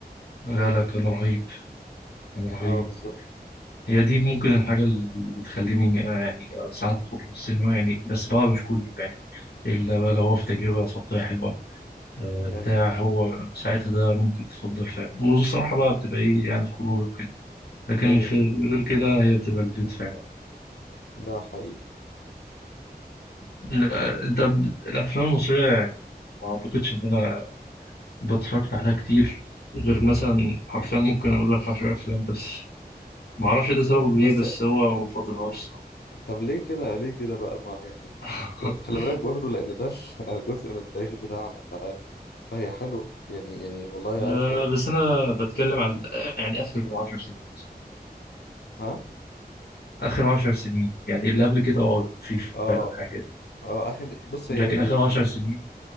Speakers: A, on the left; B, on the left.
A: لا لا كان رهيب كان رهيب
B: اه بالظبط
A: هي دي ممكن الحاجة اللي بتخليني آه، يعني آه، ساعات أخرج للسينما يعني بس بقى مش كله يعني إلا بقى لو هو في تجربة صوتية حلوة آه،
B: ايوه
A: بتاع هو ساعتها ده ممكن تفضل فعلا والصراحة بقى بتبقى إيه يعني خروجة وكده لكن
B: ايوه
A: في
B: صح
A: غير كده هي بتبقى البيت فعلا
B: ده حقيقي
A: لا، ده ب- الأفلام المصرية يعني ما أعتقدش إن أنا بتفرجت عليها كتير غير مثلا حرفيا ممكن أقول لك عشر أفلام بس معرفش ده سببه إيه
B: بس
A: بس هو مفضلهاش الصراحة
B: طب ليه كده ليه كده بقى ما يعني
A: <laughs>
B: خلي بالك برضو لان ده <laughs> جزء من التاريخ بتاعنا ف... فهي حلوة يعني يعني والله
A: ب-
B: عارف لو
A: بس انا بتكلم على يعني اخر عشر سنين
B: ها
A: اخر عشر سنين يعني اللي قبل كده اه كان في
B: اه
A: فعلا حاجات
B: اه اخر بص
A: لكن
B: هي
A: اخر
B: يعني
A: عشر سنين